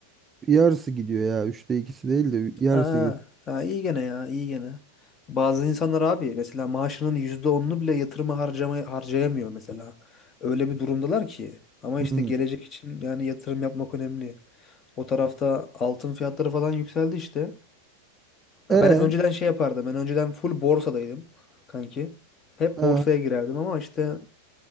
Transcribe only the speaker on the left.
Aa,
ha, iyi gene ya iyi gene. Bazı insanlar abi mesela maaşının %10'unu bile yatırıma harcama, harcayamıyor mesela. Öyle bir durumdalar ki. Ama
işte gelecek için yani yatırım yapmak önemli. O tarafta altın fiyatları falan yükseldi işte.
Ya Ben önceden şey yapardım. Ben önceden full borsadaydım kanki. Hep
borsaya girerdim ama işte